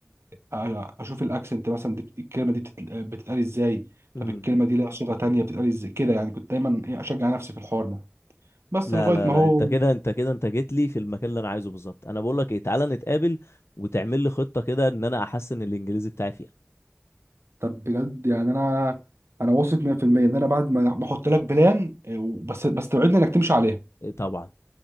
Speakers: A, on the right (about 70°); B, on the left (about 70°).
A: أيوة، اشوف الاكسنت مثلا دي الكلمه دي بتت- بتتقال ازاي
B: امم
A: طب الكلمه دي لها صيغه تانية بتتقال ازاي كده يعني كنت دايما إيه، اشجع نفسي في الحوار ده بس
B: لا
A: لغايه
B: لا
A: ما
B: لا
A: هو
B: انت كده انت كده انت جيت لي في المكان اللي انا عايزه بالظبط انا بقول لك ايه تعالى نتقابل وتعمل لي خطة كده ان انا احسن الانجليزي بتاعي فيها
A: طب بجد يعني انا انا واثق 100% ان انا بعد ما ما احط لك بلان إيه، بس بس توعدني انك تمشي عليها
B: إيه طبعا